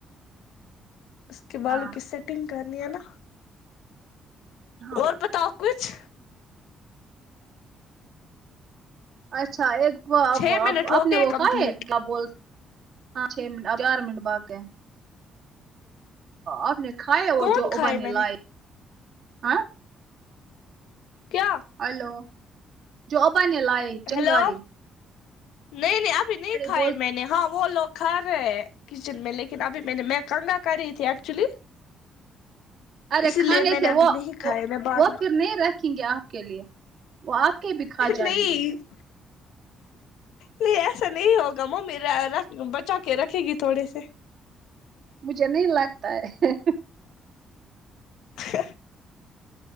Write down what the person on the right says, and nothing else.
ہاں
ہاں
اچھا ایک اب
آپ نے
وہ
کھاںے کیا بولت ہاں چ منٹ ہار منٹ باق کے <unintelligible> آپ نے کھایا وہ
جو
ابیے نے
لائے ہاں
ہلو جو آبانے لائے چنگاڑی
بول
ارے
کھانے
تھے
وہ
وہ
پھر نہیں رکھ دکھیں گے آپ کے لیے وہ آپ کے بھی کھا جائیں
گے
مجھے نہیں لگتا ہے